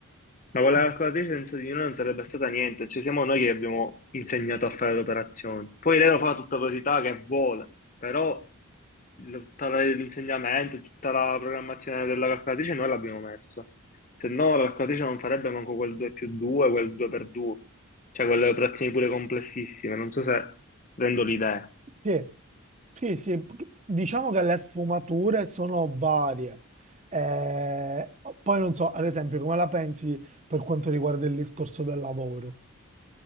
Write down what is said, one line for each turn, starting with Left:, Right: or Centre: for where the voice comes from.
Left: ma con la
Right: mm.
Left: calcolatrice senza di noi non sarebbe stata niente, cioè siamo noi che abbiamo insegnato a fare le operazioni. Poi lei lo fa a tutta velocità che vuole, però la- tutta la- l'insegnamento, tutta la programmazione della calcolatrice noi l'abbiamo messa. Se no, la calcolatrice non farebbe manco quel 2 più 2, quel 2 per 2, cioè quelle operazioni pure complessissime. Non so se rendo l'idea
Right: Sì, sì, sì, p- diciamo che le sfumature sono varie. Eh, poi non so, ad esempio, come la pensi per quanto riguarda il discorso del lavoro,